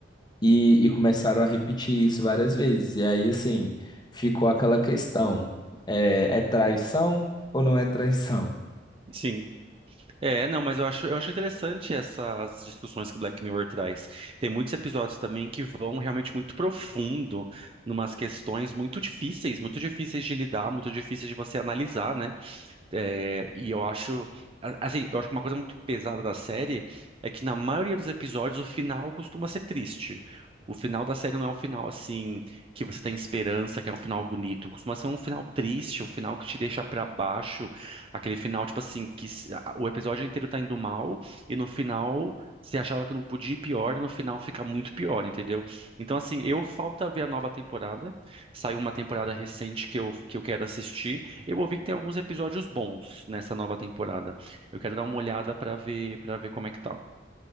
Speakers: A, on the left (about 25°); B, on the right (about 30°).
A: E, e começaram a repetir isso várias vezes. E aí, assim, ficou aquela questão: é, é traição ou não é traição?
B: sim. É, não, mas eu acho, eu acho interessante essas discussões que o Black Mirror traz. Tem muitos episódios também que vão realmente muito profundo, numas questões muito difíceis, muito difíceis de lidar, muito difíceis de você analisar, né? É, e eu acho, a- assim, eu acho que uma coisa muito pesada da série é que na maioria dos episódios o final costuma ser triste. O final da série não é um final assim que você tem esperança, que é um final bonito. Costuma ser um final triste, um final que te deixa pra baixo, aquele final tipo assim que se- a- o episódio inteiro tá indo mal e no final Você achava que não podia ir pior e no final fica muito pior, entendeu? Então, assim, eu falta ver a nova temporada. Saiu uma temporada recente que eu, que eu quero assistir. Eu ouvi que tem alguns episódios bons nessa nova temporada. Eu quero dar uma olhada pra ver para ver como é que tá.